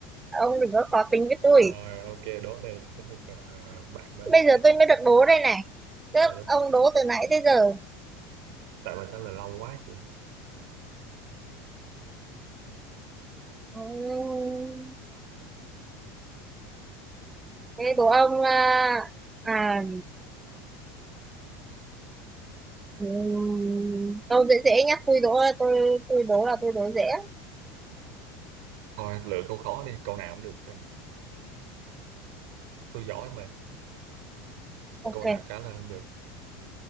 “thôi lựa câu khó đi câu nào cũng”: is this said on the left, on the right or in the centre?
Right